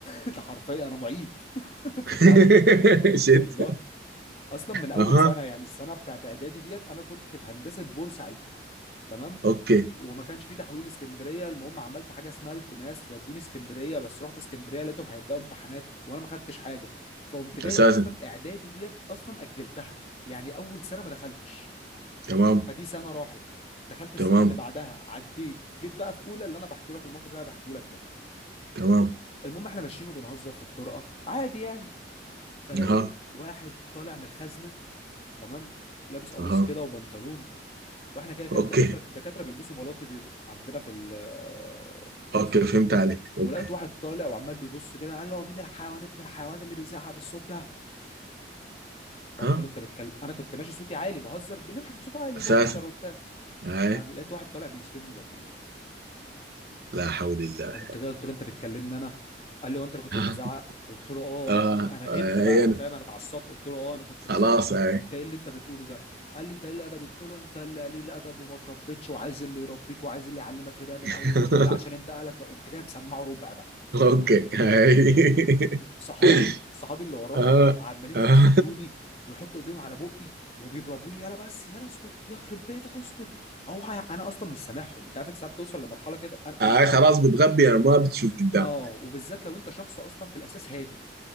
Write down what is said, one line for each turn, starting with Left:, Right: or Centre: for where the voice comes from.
Left: <laughs> ده حرفيا انا معيد <laughs>
Right: <laughs>
Left: في الجامعه
Right: شت
Left: والله اصلا من اول
Right: اها
Left: سنه يعني السنه بتاعت اعدادي ديت انا كنت في هندسه بورسعيد تمام
Right: اوكي
Left: وما كانش في تحويل اسكندريه المهم عملت حاجه اسمها التماس ودوني اسكندريه بس رحت اسكندريه لقيتهم هيبداوا امتحانات وانا ما خدتش حاجه فقمت جاي
Right: اساسا
Left: اصلا اعدادي ديت اصلا اجلتها يعني اول سنه ما دخلتش
Right: تمام
Left: فدي سنه راحت دخلت السنه
Right: تمام
Left: اللي بعدها عديت جيت بقى في اولى اللي انا بحكي لك الموقف اللي انا بحكيه لك ده
Right: تمام
Left: المهم احنا ماشيين وبنهزر في الطرقه عادي يعني فلقيت
Right: اها
Left: واحد طالع من الخزنه تمام لابس قميص
Right: اها
Left: كده وبنطلون واحنا كده كده
Right: اوكي
Left: الدكاتره الدكاتره بيلبسوا بلاطي بيضه عندنا في ال- في القسم
Right: اوكي فهمت عليك اوكي
Left: ولقيت واحد طالع وعمال بيبص كده قال له هو مين الحيوان ابن الحيوان اللي بيزعق بالصوت ده فقلت
Right: ها
Left: له انت بتكلم انا كنت ماشي صوتي عالي بهزر بنضحك بصوت عالي
Right: اساسا
Left: وبهزر وبتاع
Right: هاي
Left: فلقيت واحد طالع بيشتمني بابويا
Right: لا حول الله
Left: قمت جاي قلت له انت بتكلمني انا قال لي هو انت اللي كنت
Right: <laughs> آه.
Left: بتزعق قلت له اه
Right: آه.
Left: انا انا غبت
Right: هاي
Left: بقى
Right: انا
Left: فاهم انا اتعصبت قلت له اه انا كنت
Right: خلاص
Left: بزعق
Right: هاي
Left: انت ايه اللي انت بتقوله ده قال لي انت قليل الادب قلت له انت اللي قليل الادب وما تربيتش وعايز اللي يربيك وعايز اللي يعلمك ربا من
Right: <laughs>
Left: اول وجديد عشان انت اهلك ما- قمت جاي مسمعه ربع بقى
Right: اوكي هاي
Left: انت صحابي
Right: <laughs>
Left: صحابي اللي ورايا
Right: آه.
Left: عمالين
Right: آه.
Left: بيشدوني ويحطوا ايديهم على بقي وبيضربوني يلا بس يلا اسكت يخرب بيتك اسكت او هي- انا اصلا مش سامعهم انت عارف انت ساعات بتوصل لمرحله كده انا
Right: هاي
Left: انا
Right: خلاص بتغبي انا ما بتشوف قدامك
Left: اه وبالذات لو انت شخص اصلا في الاساس هادي